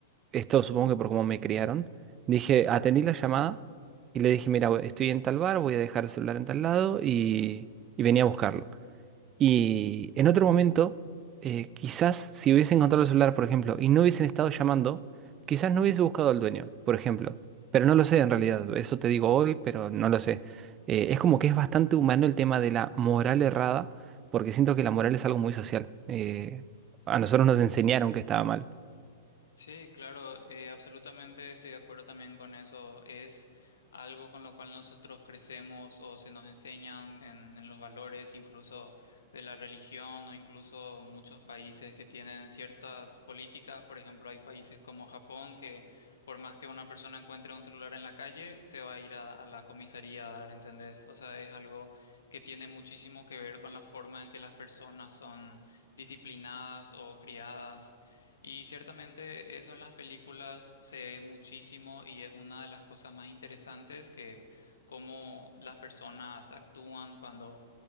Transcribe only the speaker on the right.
esto supongo que por cómo me criaron, dije, atendí la llamada y le dije, mira, we- estoy en tal bar, voy a dejar el celular en tal lado y, y venía a buscarlo. Y en otro momento, eh, quizás si hubiese encontrado el celular, por ejemplo, y no hubiesen estado llamando, quizás no hubiese buscado al dueño, por ejemplo. Pero no lo sé en realidad, eso te digo hoy, pero no lo sé. Eh, es como que es bastante humano el tema de la moral errada, porque siento que la moral es algo muy social. Eh, a nosotros nos enseñaron que estaba mal.